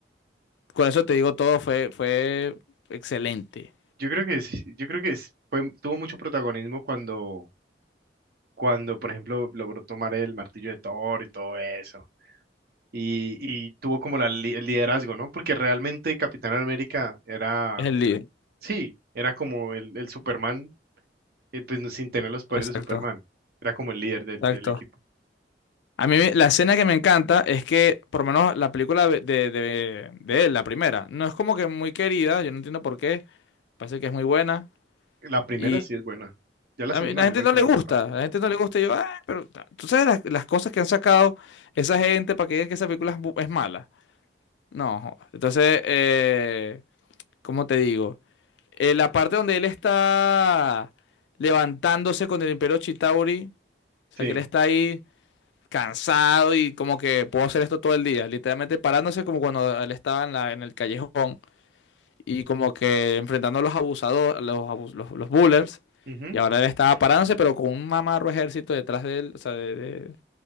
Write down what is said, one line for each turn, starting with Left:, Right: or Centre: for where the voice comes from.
Left: Con eso te digo todo, fue, fue excelente.
Right: Yo creo que sí- yo creo que es- fue, tuvo mucho protagonismo cuando, cuando, por ejemplo, logró tomar el martillo de Thor y todo eso. Y, y tuvo como la li- el liderazgo, ¿no? Porque realmente Capitán América era,
Left: Es el líder.
Right: sí, era como el, el Superman, eh, pues no- sin tener los poderes
Left: Exacto,
Right: de Superman. Era como el líder del,
Left: exacto.
Right: del equipo.
Left: A mí me- la escena que me encanta es que, por lo menos la película de, de, de- de él, la primera, no es como que muy querida, yo no entiendo por qué, parece que es muy buena
Right: La primera
Left: y
Right: sí es buena. Ya la
Left: a
Right: segunda
Left: mí la gente
Right: no me
Left: no
Right: trama
Left: le gusta,
Right: tanto.
Left: la gente no le gusta y yo, "Ah, pero ta- tú sabes las, las cosas que han sacado esa gente para que digan que esa película es, bu- es mala. No, joda. entonces, eh, ¿cómo te digo? Eh, la parte donde él está levantándose con el Imperio Chitauri, o
Right: Sí.
Left: sea que él está ahí cansado y como que puedo hacer esto todo el día, literalmente parándose como cuando él estaba en la, en el callejón y como que enfrentando a los abusadores, los, abus- los, los bullers,
Right: Ujú.
Left: y ahora él estaba parándose pero con un mamarro ejército detrás de él, o sea, de, de,